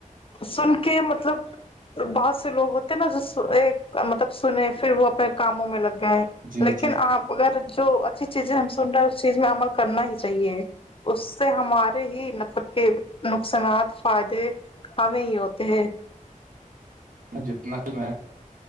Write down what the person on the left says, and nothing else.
سن کے مطلب بہت سے لوگ ہوتے ہیں نا جو مطلب سنے پھر وہ اپنے کاموں میں لگ گئے
لیکن
آپ اگر جو اچھی چیزیں ہم سن رہا ہے اس چیز میں عمل کرنا ہی چاہیے اس سے ہمارے ہی مطلب کہ نقصانات فائدے ہمیں ہی ہوتے ہیں